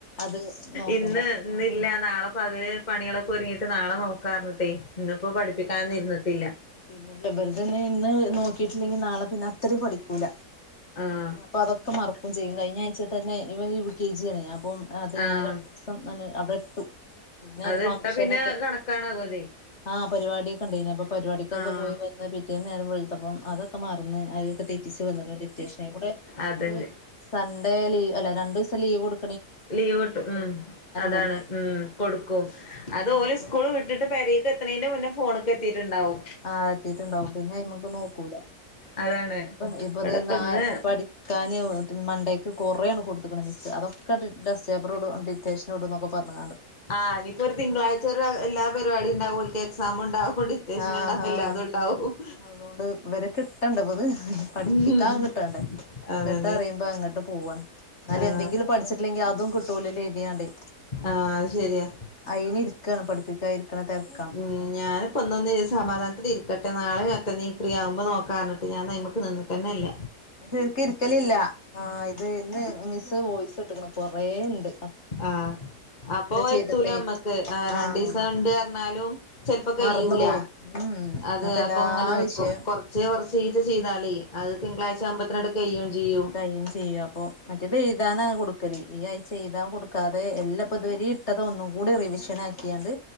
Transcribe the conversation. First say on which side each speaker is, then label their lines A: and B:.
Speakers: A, on the left (about 45°); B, on the left (about 25°).
A: അത് നോക്കണ്ട
B: ഇന്ന് ഇന്നില്ല നാളെ പകല് പണി കളൊക്കെ ഒര്‌ങ്ങീട്ട് നാളെ നോക്കാർഞ്ഞിട്ടേ. ഇന്നിപ്പോ പഠിപ്പിക്കാനൊന്നും ഇര്ന്നിട്ടില്ല.
A: ഇല്ല ഇവര്‌തെ ഇന്ന് ഇന്ന് നോക്കിയിട്ടില്ലെങ്കി നാളെ പിന്നെ അത്രിം പഠിക്കൂല.
B: ആഹ്.
A: അപ്പൊ അതൊക്കെ മറക്കും ചെയ്യും കയ്ഞ്ഞാഴ്ച തന്നെ ഇവൻ യു കെ ജി ആണെ അപ്പം അത്
B: ആഹ്
A: ഞാൻ ര സം തന്നെ അവിടെട്ടു. പിന്നെ
B: അത്
A: ഒരു ഫംഗ്ഷനൊക്കെ
B: ഇട്ടാ പിന്നെ കണക്കാണാവതെ
A: ആ പരിവാട്യാക്കെ ഇണ്ടേനി അപ്പൊ പരിപാടിക്കൊക്കെ
B: ആഹ്
A: പോയി അന്ന് പിറ്റേന്ന് നേരം വെൾത്തപ്പം അതൊക്കെ മർന്ന് അതൊക്കെ തെറ്റിച്ച് വന്ന്ക്ക്ണ് ഡിറ്റേഷൻ കൂടെ
B: അതന്നെ
A: ഒരു സൺഡേ ലീ അല്ല രണ്ടോസം ലീവ് കൊട്
B: ലീവ് ഇട്ടും ഉം അതാണ്
A: കൊടുക്കും
B: ഉം കൊട്ക്കും
A: ആഹ്
B: അത് ഓല്
A: ഇനിപ്പോ
B: സ്കൂൾ വിട്ട ട്ട്ട് പെരേക്ക് എത്ത്ണേന്റെ മുന്നേ ഫോണ്ക്കെത്തീട്ട്‌ണ്ടാവും.
A: ആഹ് എത്തീട്ട്ണ്ടാവും പിന്നെ അയ്മ്മക്ക് നോക്കൂല
B: അതാണ്
A: ഇപ്പ ഇപ്പത്
B: ഇവിടെപ്പ
A: ന
B: ഇന്ന്
A: പഠി കാന് മണ്ടയ്ക്ക് കൊറേണ് കൊട്ത്ത്ക്ക്ണ് മിക്സ് അതൊക്കെ ഡസ്റ്റേപ്പറോട് ഡീറ്റെഷ ന്നൊട്ടുന്നൊക്കെ പർഞ്ഞാണ്ട്.
B: ആ ഇനിയിപ്പോ ഒരു തിങ്കളാഴ്ച ഒരു എല്ലാ പരിപാടി ഇണ്ടാവോൽക്ക് എക്സാംമ്ണ്ടാവൂടി സ്റ്റേഷൻ
A: ആഹ്
B: ഉണ്ടാവുല്ല
A: ആഹ്
B: അതു ഉണ്ടാവും.
A: അതുകൊണ്ട് ഇവരെ കിട്ടണ്ടപ്പത്. പഠിപ്പിക്കാൻ
B: ഉം
A: കിട്ടണ്ടേ.
B: അതന്നെ
A: ഇങ്ങട്ട് അറിയുമ്പോ അങ്ങട്ട് പോവാണ് എന്നാല്
B: ആഹ്
A: എന്തെങ്കിലും പഠിച്ചിട്ടില്ലെങ്കി അതും കിട്ടൂലല്ലേര് ത്യാണ്ടെ
B: ആഹ് അത് ശരിയാ
A: അയ്ന് ഇര്ക്കാണ് പഠിപ്പിക്ക ഇര്ക്ക്ണ തെര്ക്ക.
B: മ് ഞാനിപ്പൊന്നൊന്ന് സമാധാനത്തിൽ ഇരിക്കട്ടെ നാളെ മറ്റനീ ഫ്രീ ആവുമ്പോ നോക്കാർ ഞ്ഞ്ട്ട് അപ്പ ഞാൻന്നയ്മക്ക് നിന്ന്ട്ടെ ന്നെല്ല.
A: ഞാൻ ശെര്ക്ക്‌ ഇര്‌ക്കലില്ല ആ ഇത് ഇന്ന് മിസ്സ് വോയ്സ് ഇട്ട്ക്ണ് കൊറെേണ്ട്.
B: ആഹ് അപ്പൊ
A: ചെയ്തിട്ടില്ലെങ്കിൽ
B: എത്തൂല അമ്മക്ക് ആ രണ്ടിസണ്ട്
A: ആഹ്
B: അർഞ്ഞാലും. ചെൽപ്പം കയ്യൂല.
A: മറന്നു പോയി ഉം
B: അതെ
A: എല്ലാ
B: അപ്പൊ ഇങ്ങനെന്ന്ക്കും
A: വിഷയം
B: കൊർച്ചേ കൊർചീച്ച ചെയ്താളീ അഹ് തിങ്കളാഴ്ച ആവുമ്പത്തിനാട് കയോംചെയ്യും.
A: കയ്യും ചെയ്യും അപ്പൊ മറ്റേ ബേ ഇടാനാ അത് കൊടുക്കല് ഈ ആഴ്ച എയ്താൻ കൊടുക്കാതെ എല്ലപ്പ ഇതുവരെ ഇട്ടത് ഒന്നും കൂടി റിവിഷൻ ആക്കിയാണ്ട്